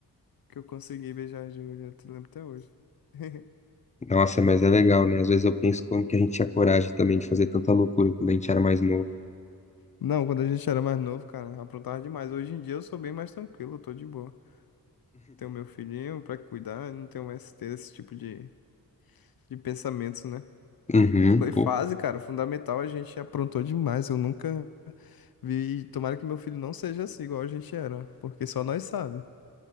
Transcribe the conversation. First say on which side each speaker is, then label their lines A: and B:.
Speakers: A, on the left (about 65°); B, on the left (about 20°).
A: que eu consegui beijar a Júlia, eu te lembro até hoje. <laughs>
B: Nossa, mas é legal, né? Às vezes eu penso como que a gente tinha coragem também de fazer tanta loucura quando a gente era mais novo.
A: Não, quando a gente era mais novo, cara, aprontava demais. Hoje em dia eu sou bem mais tranquilo, eu tô de boa. Tenho meu filhinho pra cuidar, não tenho mais ter esse tipo de, de pensamentos, né?
B: Uhum,
A: Foi
B: pô,
A: fase, cara, fundamental, a gente aprontou demais. Eu nunca vi. Tomara que meu filho não seja assim, igual a gente era, porque só nós sabe.